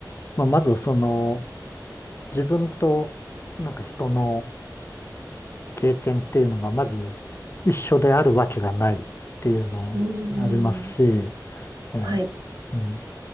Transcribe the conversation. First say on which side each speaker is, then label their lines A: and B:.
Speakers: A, on the left (about 35°); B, on the right (about 65°).
A: まあ、まずその、自分と、なんか人の、経験っていうのがまず一緒であるわけがないっていうのありますし、
B: うーん、
A: ええ
B: はい、
A: うん、